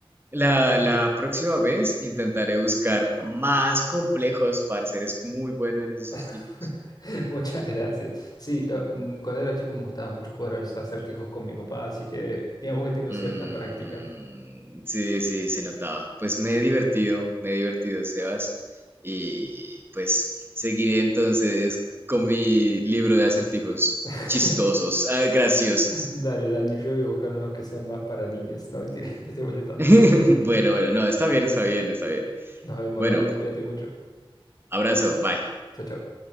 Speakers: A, on the right; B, on the left.
A: la, la próxima vez intentaré buscar más complejos, parce. Eres muy bueno en esos
B: <laughs>
A: acertijos.
B: Muchas gracias. Sí, lo- mm, cuando era chico me gustaba mucho jugar a los acertijos con mi papá, así que digamos que tengo
A: Mm,
B: cierta práctica.
A: sí, sí, se notaba. Pues me he divertido, me he divertido, Sebas. Y pues seguiré entonces con mi libro de acertijos
B: <laughs>
A: chistosos, ah, graciosos.
B: Dale, Dani, yo voy a buscar unos que sean más para niños. No, mentira, <laughs> te estoy molestando.
A: <laughs> Bueno, bueno, no, está bien, está bien, está bien.
B: Nos vemos,
A: Bueno,
B: Dani, cuídate mucho.
A: abrazo, bye.
B: Chao, chao.